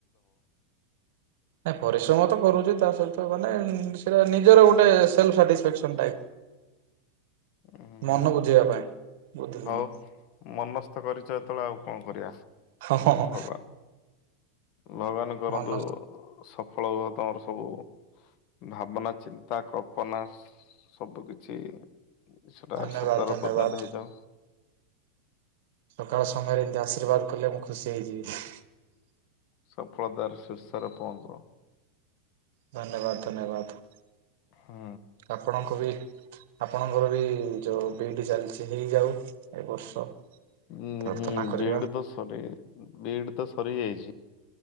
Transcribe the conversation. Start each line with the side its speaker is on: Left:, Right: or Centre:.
Right: ନାଇଁ ପରିଶ୍ରମ ତ କରୁଛି ତା ସହିତ ମାନେ ସେଟା ନିଜର ଗୋଟେ ସେଲ୍ଫ ସାଟିଫେକ୍ସନ ଥାଏ।
Left: ଉଁ
Right: ମନ
Left: ହୁଁ
Right: ବୁଝେଇବା ପାଇଁ। ବୁଝିଲି
Left: ହଉ
Right: ମୁଁ
Left: ମନସ୍ତ କରିଛ ଯେତେବେଳେ ଆଉ କଣ କରିବା।
Right: ହଁ ହଁ ହଁ।
Left: ଭଗବାନ ଭଗବାନ କରନ୍ତୁ
Right: ମନ
Left: ସଫଳ ହୁଅ ତମର ସବୁ। ଭାବନା ଚିନ୍ତା କଳ୍ପନା ସବୁ କିଛି। ସେଟା
Right: ଧନ୍ୟବାଦ
Left: ସତର
Right: ଧନ୍ୟବାଦ
Left: ପରିଣତ ହେଇଯାଉ।
Right: ସକାଳ ସମୟରେ ଏମତି ଆଶୀର୍ବାଦ କଲେ ମୁଁ ଖୁସି ହେଇଯିବି।
Left: ସଫଳତାର ଶୀର୍ଷରେ ପହଞ୍ଚ।
Right: ଧନ୍ୟବାଦ ଧନ୍ୟବାଦ।
Left: ହୁଁ।
Right: ଆପଣଙ୍କୁ ବି। ଆପଣଙ୍କର ବି ଯୋଉ ବିଡି ଚାଲିଛି ହେଇଯାଉ ଏ ବର୍ଷ।
Left: ଉଁ
Right: ପ୍ରାର୍ଥନା
Left: ହୁଁ
Right: କରିବା
Left: ବିଟ ତ ସରି ବିଟ ତ ସରି ଯାଇଛି।